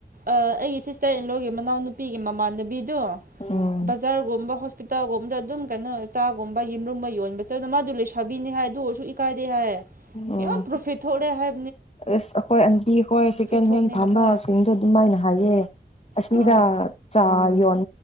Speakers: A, on the right; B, on the left.
A: ꯑꯩꯒꯤ ꯁꯤ ꯆꯩꯠ ꯏꯂꯣꯏꯒꯤ ꯃꯅꯥꯎꯅꯨꯄꯤꯒꯤ ꯃꯃꯥꯟꯅꯕꯤꯗꯨ
B: ꯎꯝ
A: ꯕꯖꯥꯔꯒꯨꯝꯕ ꯍꯣꯁꯄꯤꯇꯥꯜꯒꯨꯝꯕꯗ ꯑꯗꯨꯝ ꯀꯩꯅꯣ ꯆꯥꯒꯨꯝꯕ ꯌꯦꯔꯨꯝꯕ ꯌꯣꯟꯕ ꯆꯠꯗ ꯃꯥꯗꯨ ꯂꯩꯁꯥꯕꯤꯅꯤ ꯍꯥꯏ ꯁꯨ ꯏꯀꯥꯏꯗꯦ ꯍꯥꯏ ꯀꯌꯥ
B: ꯎꯝ
A: ꯄ꯭ꯔꯣꯐꯤꯠ ꯊ ꯍꯥꯏ
B: ꯑꯁ ꯑꯩꯈꯣꯏ ꯑꯟꯇꯤ ꯍꯣꯏ ꯁꯦꯀꯦꯟ
A: ꯊꯣꯛꯄꯅꯤꯅꯀꯣ
B: ꯍꯦꯟ ꯐꯥꯝꯕꯁꯤꯡꯗꯣ ꯑꯗꯨꯃꯥꯏꯅ ꯍꯥꯏꯌꯦ ꯑꯁꯤꯗ
A: ꯑꯥ
B: ꯆꯥ ꯌꯣꯟ